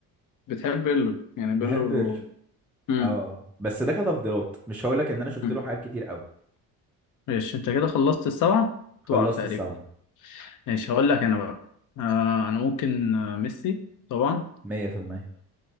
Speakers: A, on the left (about 50°); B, in the centre.
A: بتحب بيرلو يعني بيرلو
B: بحب بيرلو
A: امم
B: اه بس ده كتفضيلات مش هقول لك ان انا شفت
A: أمم.
B: له حاجات كتير قوي
A: ماشي انت كده خلصت السبعه
B: خلصت
A: بتوعك تقريبا
B: السبعة
A: ماشي هقول لك انا بقى آه انا ممكن آه، ميسي طبعا
B: 100%